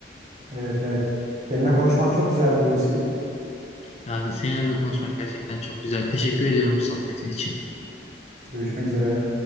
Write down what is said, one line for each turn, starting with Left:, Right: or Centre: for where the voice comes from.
Right: Evet evet. Seninle konuşmak çok güzeldi Hulusi.
Left: Yani seninle de konuşmak gerçekten çok güzel. Teşekkür ediyorum bu sohbetin için.
Right: Görüşmek üzere.